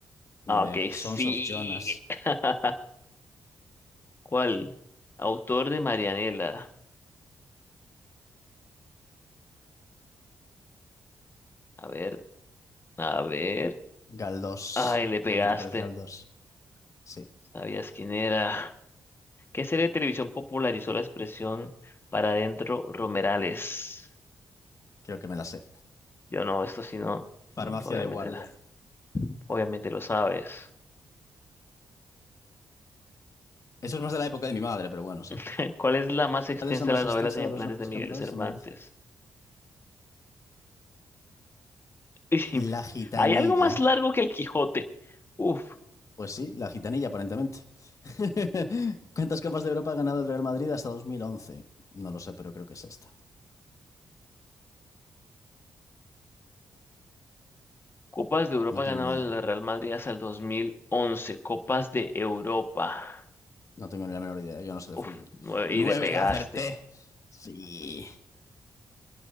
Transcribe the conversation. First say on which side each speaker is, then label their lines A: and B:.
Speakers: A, on the left; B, on the left.
A: Ah,
B: Ni idea.
A: ok, sí.
B: Sons of Jonas.
A: <laughs> ¿Cuál? Autor de Marianela. A ver, a ver.
B: Galdós.
A: Ay, le pegaste.
B: Benito Pérez Galdós. Sí,
A: ¿Sabías quién era? ¿Qué serie de televisión popularizó la expresión para adentro Romerales?
B: creo que me la sé.
A: Yo no, esto sí no, mm,
B: Farmacia
A: obviamente,
B: de guardia.
A: la- obviamente lo sabes.
B: Eso es más de la época de mi madre, pero bueno, sí.
A: <laughs> ¿Cuál es la más extensa
B: ¿Cuál es la más
A: de las
B: extensa
A: novelas ejemplares
B: de los nombres
A: de Miguel
B: ejemplares
A: Cervantes?
B: de Menez?
A: <laughs>
B: La gitanilla.
A: ¿Hay algo más largo que el Quijote? Uf,
B: Pues sí, la gitanilla, aparentemente. <laughs> ¿Cuántas copas de Europa ha ganado el Real Madrid hasta 2011? No lo sé, pero creo que es esta.
A: Copas de Europa
B: No
A: ganaba
B: tengo ni idea.
A: el Real Madrid hasta el 2011, Copas de Europa.
B: No tengo ni la menor idea. Yo no sé de
A: Uf,
B: fútbol.
A: nueve,
B: Nueve,
A: y le pegaste.
B: acerté. Sí.